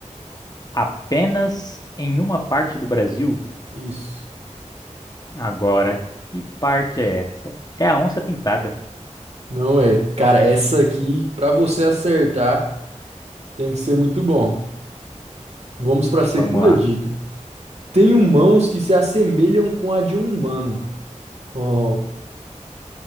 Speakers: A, on the left; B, on the right.
A: Apenas em uma parte do Brasil.
B: Isso.
A: Agora, que parte é essa? É a onça pintada.
B: Não é. Cara, essa aqui, pra você acertar, tem que ser muito bom. Vamos pra segunda
A: Vamos lá.
B: dica. Tenho mãos que se assemelham com a de um humano. Oh,